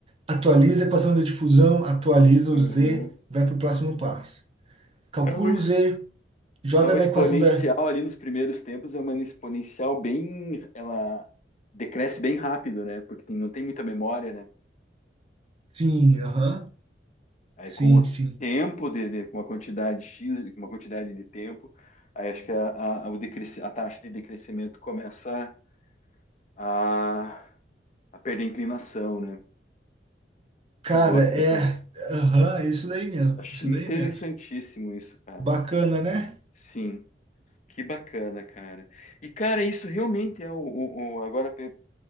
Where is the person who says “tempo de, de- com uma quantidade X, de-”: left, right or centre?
Left